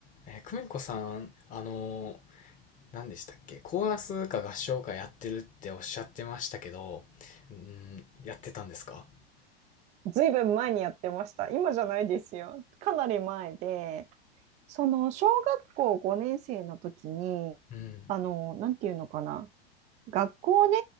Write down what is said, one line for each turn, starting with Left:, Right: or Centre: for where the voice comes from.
Left: えー、久美子さん、あのー何でしたっけ、コーラスか合唱かやってるっておっしゃってましたけど、うん、やってたんですか
Right: ずいぶん前にやってました。今じゃないですよ。かなり前で、その小学校5年生の時に、
Left: うん。
Right: あの、なんていうのかな。学校ね、